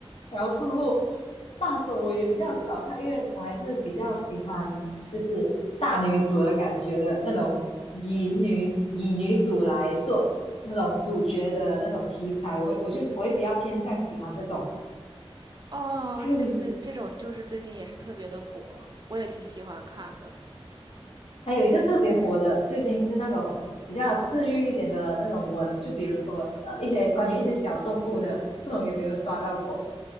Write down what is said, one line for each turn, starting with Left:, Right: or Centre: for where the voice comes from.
Left: 然后过后霸总我也比较少看，因为我还是比较喜欢就是大女主的感觉的那种，以女以女主来做那种主角的那种题材，我会我就我会比较偏向喜欢这种，
Right: 哦，
Left: <laughs>
Right: 对对对，这种就是最近也是特别的火，我也挺喜欢看的。
Left: 还有一个特别火的，最近就是那种比较治愈一点的那种文，就比如说呃一些关于一些小动物的，不懂有没有刷到过？